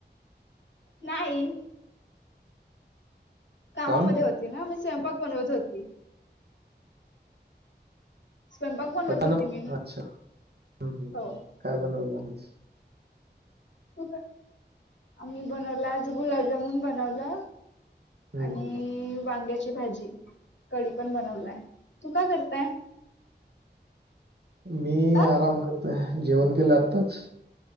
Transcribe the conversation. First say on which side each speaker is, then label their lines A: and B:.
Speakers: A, on the left; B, on the right.
A: नाही कामामध्ये
B: काऊन
A: होत. ती ना मी स्वयंपाक बनवत होती. स्वयंपाक
B: <inaudible>
A: बनवत
B: अच्छा
A: होती मी
B: काय
A: हो
B: बनवल आज
A: तू का <inaudible> आम्ही बनवल आज गुलाबजामुन बनवलं.
B: हम्म,
A: आणि
B: हम्म.
A: वांग्याची भाजी कढी पण बनवलाय तू काय करताय.
B: मी
A: अ
B: आराम करतय जेवण केलंय आताच.